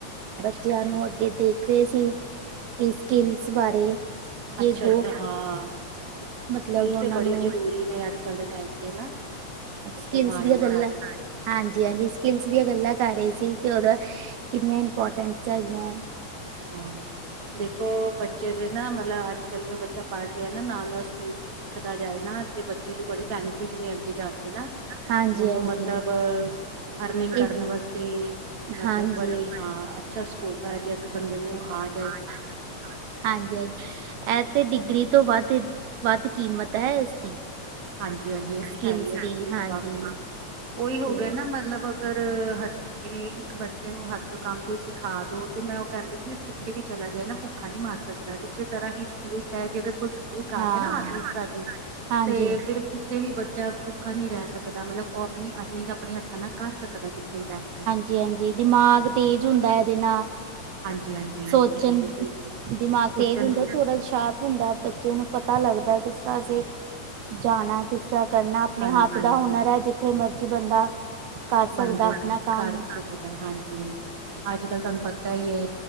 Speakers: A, on the right; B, on the right.
A: ਅੱਛਾ
B: ਬੱਚੇਆਂ
A: ਅੱਛਾ
B: ਨੂੰ ਅੱਗੇ ਦੇਖ ਰੇ ਸੀ ਕਿ ਸਿਕਿਲਸ ਬਾਰੇ।
A: ਅੱਛਾ
B: ਗੋ
A: ਅੱਛਾ ਹਾਂ।
B: ਮਤਲਬ
A: ਸਿਕਿਲ
B: ਉਹਨਾਂ
A: ਤੇ ਬੜੀ
B: ਨੂੰ
A: ਜਰੂਰੀ ਨੇ ਅੱਜ ਕੱਲ ਦੇ ਟਾਈਮ ਤੇ ਨਾ। ਬੱਚਿਆਂ
B: ਸਿਕਿਲਸ
A: ਨੂੰ ਆਣੀਆਂ
B: ਦੀਆਂ ਗੱਲਾਂ
A: ਸਾਰੀਆਂ
B: ਹਾਂਜੀ ਹਾਂਜੀ ਸਿਕਿਲਸ ਦੀਆਂ ਗੱਲਾਂ ਕਰ ਰਹੇ ਸੀ ਕਿ ਉਹਦਾ ਕਿੰਨੀਆਂ ਇੰਪੋਰਟੈਂਟਸ ਹੈਗੀਆ।
A: ਹਾਂ ਦੇਖੋ ਬੱਚੇ ਦੇ ਨਾ ਮਲਬ ਅੱਜ ਕੱਲ ਜੋ ਬੱਚਾ ਪੜ੍ਹ ਰਿਹਾ ਨਾਂ ਨਾਲ ਨਾਲ ਸਿਕਿਲਸ ਸਿੱਖਦਾ ਜਾਏ ਨਾ ਤੇ ਬੱਚੇ ਦੀ ਬੜੇ ਬੈਨੀਫਿਟ ਨੇ ਅੱਗੇ ਜਾ ਕੇ ਨਾ।
B: ਹਾਂਜੀ
A: ਉਹਨੂੰ
B: ਹਾਂਜੀ
A: ਮਤਲਬ ਅਰਨਿਗ ਕਰਨ
B: ਇਹ
A: ਵਸਤੇ ਮਤਲਬ
B: ਹਾਂਜੀ
A: ਬੜੇ ਹਾਂ ਅੱਛਾ ਸ਼ ੳ ਪੈ ਜੇ ਇੱਕ ਬੰਦੇ ਨੂੰ ਆਰ
B: ਅਾਂਛਾ <unintelligible> <unintelligible> ਹਾਂਜੀ ਜ ਇਹ ਤੇ ਡਿਗਰੀ ਤੋਂ ਵੱਦ ਵੱਦ ਕੀਮਤ ਹੈ ਇਸਦੀ।
A: ਹਾਂਜੀ ਹਾਂਜੀ ਉਹ ਤੇ
B: ਸਕਿੱਲਸ
A: ਹੈ ਈ ਏ
B: ਦੀ
A: ਡਿਗਰੀ
B: ਹਾਂਜੀ
A: ਤੇ ਵਾਕਈ ਉਹੀ ਹੋ
B: ਤੇ
A: ਗਿਆ ਨਾ ਮਤਲਬ ਅਗਰ ਹਥ ਜਿਵੇਂ ਇੱਕ ਬੱਚੇ ਨੂੰ ਹੱਥ ਕੰਮ ਕੋਈ ਸਿਖਾ ਦੋ ਤੇ ਮੈਂ ਉਹ ਕਹਿੰਦੇ ਕਿ ਜਿੱਥੇ ਵੀ ਚਲਾ ਜਾਏ ਨਾ ਭੁ ਭੁੱਖਾ ਨਹੀਂ ਮਰ ਸਕਦਾ ਇਸੇ ਤਰ੍ਹਾਂ ਹੀ ਸਕਯੂਸ ਹੈ ਜੇ ਅਗਰ ਕੋਈ ਸਕਯੂਸ
B: ਹਾਂ
A: ਆ ਗਿਆ ਨਾ ਹੱਥ ਵਿੱਚ ਤਾਡੇ।
B: ਹਾਂਜੀ
A: ਫਿਰ ਕਿੱਥੇ ਵੀ ਬੱਚਾ ਭੁੱਖਾ ਨੀ ਰੈ ਸਕ ਸਕਦਾ ਮਤਲਬ ਉਹ ਆਪਣੀ ਅਰਨਿੰਗ ਆਪਣੇ ਹੱਥਾਂ ਨਾਲ ਕਰ ਸਕਦਾ ਕਿੱਥੇ ਵੀ ਬੈਠ ਕੇ।
B: ਜੀ, ਹਾਂਜੀ ਦਿਮਾਗ ਤੇਜ਼ ਹੁੰਦਾ ਇਹਦੇ ਨਾਲ
A: ਹਾਂਜੀ ਹਾਂਜੀ
B: ਸੋਚਣ,
A: ਉਹ ਤੇ ਹੈਗੀ ਸਹੀ ਗੱਲ ਹੈ
B: ਦਿਮਾਗ ਤੇਜ
A: ਸੋਚਣ
B: ਹੁੰਦਾ
A: ਦੀ
B: ਥੋੜਾ ਸ਼ਾਰਪ ਹੁੰਦਾ ਬੱਚੇ ਨੂੰ ਪਤਾ ਲੱਗਦਾ ਕਿਸ ਤਰ੍ਹਾਂ ਅਸੀਂ ਜਾਣਾ ਕਿਸ ਤਰ੍ਹਾਂ ਕਰਨਾ ਆਪਨੇ
A: ਹਾਂਜੀ
B: ਹੱਥ ਦਾ
A: ਹਾਂਜੀ
B: ਹੁਨਰ ਹੈ ਜਿੱਥੇ ਮਰਜੀ ਬੰਦਾ ਕਰ ਸਕਦਾ
A: ਬੰਦੇ
B: ਆਪਣਾ
A: ਕਰ
B: ਕੰਮ
A: ਸਕਦਾ ਏ ਹਾਂਜੀ ਹਾਂ ਅੱਜ ਕੱਲ ਤੁਹਾਨੂੰ ਪਤਾ ਈ ਐ